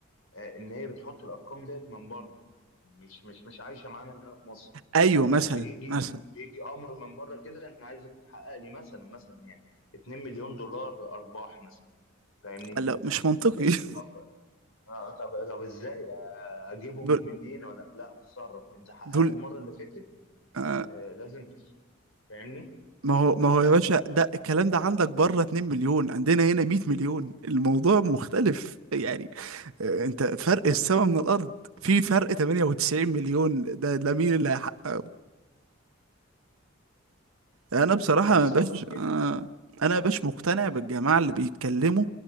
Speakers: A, on the left; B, on the right.
A: أه، ان هي بتحط الارقام ديت من بره مش مش مش عايشه معانا هنا في مصر
B: ايوه
A: فبيجي
B: مثلا مثلا
A: بيجي امر من بره كده انا عايزك تحقق لي مثلا مثلا يعني 2 مليون دولار ارباح مثلا فاهمني
B: لا مش منطقي
A: أه،
B: <laughs>
A: طب آه، طب طب ازاي أه، اجيبهم
B: دول
A: منين ولا لا اتصرف انت حققت
B: دول
A: المره اللي فاتت
B: آه،
A: أه، لازم تصرف فاهمني
B: ما هو ما هو يا باشا ده الكلام ده عندك بره 2 مليون عندنا هنا 100 مليون الموضوع مختلف يعني آه، انت فرق السما من الارض في فرق 98 مليون ده ده مين اللي هيحقق انا بصراحة
A: بالظبط
B: ما باش
A: كده
B: آه، انا باش مقتنع بالجماعة اللي بيتكلموا